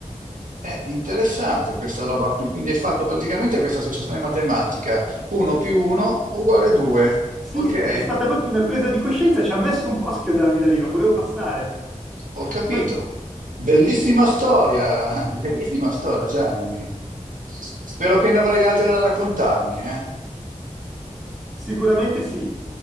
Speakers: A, on the right (about 85°); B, in the centre.
A: è interessante questa roba qui, quindi hai fatto praticamente questa associazione matematica, 1 più 1 uguale 2,
B: Sì,
A: ok?
B: è stata proprio una presa di coscienza, ci ha messo un po' a schiodarmi da lì, non volevo passare.
A: Ho capito.
B: Poi
A: Bellissima storia, <laughs> bellissima storia, Gianni. Spero che ne avrai altre da raccontarmi, eh?
B: sicuramente sì,